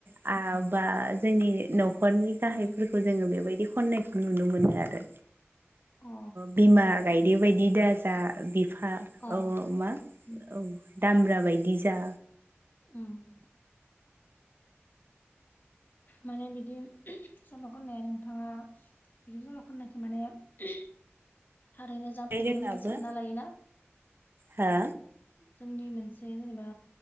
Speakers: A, on the right; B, on the left.
A: आ बा जोंनि नखरनि गाहाइ
B: उम
A: जोङो बेबायदि खननायखौ नुनो मोनो आरो
B: अ
A: बिमा गाय दे बायदि दाजा बिफा
B: अ
A: औ औ मा
B: उम
A: औ दामब्रा बायदि जा
B: उम
A: <inaudible>
B: माने बिदि सल' खननाया नोंथाङा बिदि सल' खननायखौ माने <unintelligible> थारैनो जाफुङो
A: <unintelligible> जोंनाबो
B: होनना सानना लायोना
A: हो
B: जोंनि मोनसे जेनेबा